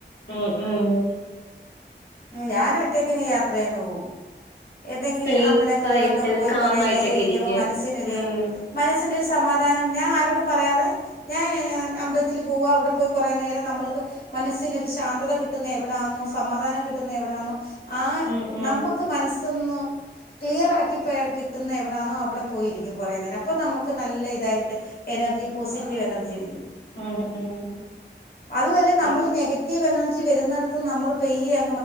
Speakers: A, on the left; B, on the left.
A: ഉം ഉം ഉ
B: ഞാൻ ഒറ്റയ്ക്ക്ങ്ങ് യാത്രയാങ് പോകും ഏതെങ്കിലും
A: സെൽഫായിട്ട്
B: അമ്പലങ്ങളിലൊക്കെ പോയി
A: കാമായിട്ടൊക്കെ
B: കുറെ നേരം ഇരിക്കുമ്പോൾ
A: ഇരിക്കാൻ
B: മനസ്സിനൊരു
A: ഉം
B: മനസ്സിന് ഒരു സമാധാനം ഞാൻ ആരോടും പറയാതെ ഞാൻ അമ്പലത്തില് അമ്പലത്തിലെ പോ അവിടെ പോയി കുറേ നേരം നമ്മൾക്ക് മനസ്സിന് ഒരു ശാന്ത കിട്ടുന്ന എവിടാണോ സമാധാനം കിട്ടുന്ന കിട്ടുന്ന എവിടണോ ആ
A: ഉം ഉം
B: നമ്മുക്ക് മനസ്സിന്ന് ക്ലിയറ ആക്കി കിട്ടുന്ന എവിടെണോ അവിടെ പോയിരിക്കും കുറേ നേരം അപ്പോം നമുക്ക് നല്ല ഇതായിട്ട് എനർജി പോസിറ്റീവ് എനർജി വരും
A: ഉം ഉം
B: അതുമല്ല നമ്മൾ
A: അം
B: നെഗറ്റീവ് എനർജി വരുന്നിടത്ത് നമ്മൾ പെയ